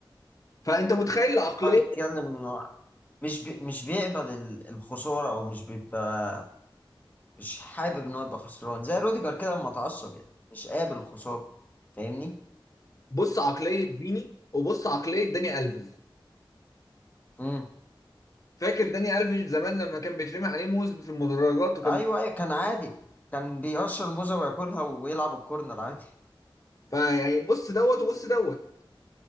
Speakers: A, on the left; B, on the left.
A: فانت متخيل العقليه
B: هو بيتكلم انه مش بي... مش بيقبل ال- الخساره او مش بيبقى مش حابب ان هو يبقى خسران زي روديجر كده لما اتعصب يعني مش قابل الخساره فاهمني
A: بص عقليه فيني وبص عقليه داني الفيز
B: امم
A: فاكر داني الفيز زمان لما كان بيترمي عليه موز في المدرجات وكان
B: ايوه ايوه كان عادي كان بيقشر الموزه وياكلها ويلعب الكورنر عادي
A: فيعني بص دوت وبص دوت